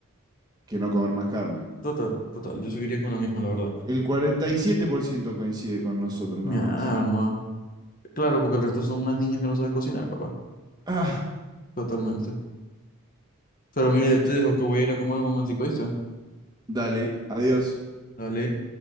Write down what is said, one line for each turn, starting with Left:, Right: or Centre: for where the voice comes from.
Right: que no comer más carne.
Left: Total, total. Yo seguiría con la misma, la verdad.
Right: El 47% coincide con nosotros
Left: Mi
Right: nada
Left: arma.
Right: más.
Left: Claro, porque el resto son unas niñas que no saben cocinar, capaz.
Right: Ah,
Left: Totalmente. Pero mira, yo te
Right: sí.
Left: dejo que voy a ir a comer un momentico, ¿viste?
Right: Dale, adiós.
Left: Dale.